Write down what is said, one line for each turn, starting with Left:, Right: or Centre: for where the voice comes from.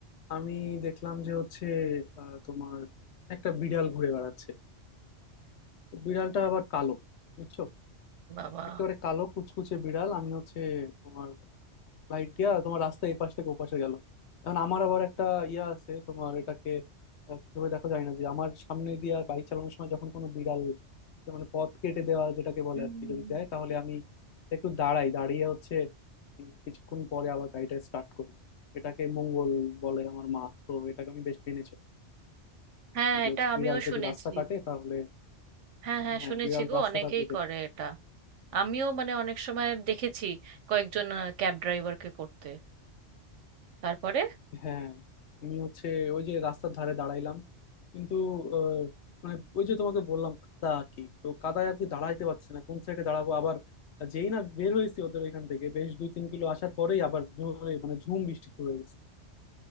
Left: আমি দেখলাম যে হচ্ছে আহ, তোমার একটা বিড়াল ঘুরে বেড়াচ্ছে তো বিড়ালটা আবার কালো বুঝছো
Right: বাবা
Left: একেবারে কালো কুচকুচে বিড়াল আমি হচ্ছে তোমার লাইট দিয়া তোমার রাস্তা এই পাশ থেকে ওপাশে গেল এখন আমার আবার একটা ইয়া আছে তোমার এটাকে আহ, কিভাবে দেখো যায় না যে আমার সামনে দিয়ে আর বাইক চালানোর সময় যখন কোনো বিড়াল যে মানে পথ কেটে দেওয়া যেটাকে বলে
Right: হুম।
Left: আর কি যদি দেয় তাহলে আমি একটু দাঁড়াই দাঁড়িয়ে হচ্ছে উম, কিছুক্ষণ পরে আবার গাড়িটা স্টার্ট করি এটাকে মঙ্গল বলে আমার মা তো এটাকে আমি বেশ মেনে চলি
Right: হ্যাঁ
Left: যে
Right: এটা
Left: হচ্ছে
Right: আমিও
Left: বিড়াল যদি
Right: শুনেছি
Left: রাস্তা কাটে তাহলে
Right: হ্যাঁ হ্যাঁ
Left: হ্যাঁ
Right: শুনেছি
Left: বিড়াল
Right: গো
Left: রাস্তা
Right: অনেকেই
Left: কাটলে যেতে
Right: করে এটা আমিও মানে অনেক সময় দেখেছি কয়েকজন ক্যাব ড্রাইভারকে করতে তারপরে
Left: হ্যাঁ আমি হচ্ছে ওই যে রাস্তার ধারে দাঁড়াইলাম কিন্তু আহ, মানে ওই যে তোমাকে বললাম কাদা আর কি তো কাদায় আর কি দাঁড়াইতে পারছি না কোন সাইডে দাঁড়াবো আবার যেই না বের হয়েছি ওদের ওইখান থেকে বেশ দুই তিন কিলো আসার পরেই আবার জোরে মানে ঝুম বৃষ্টি শুরু হয়ে গেছে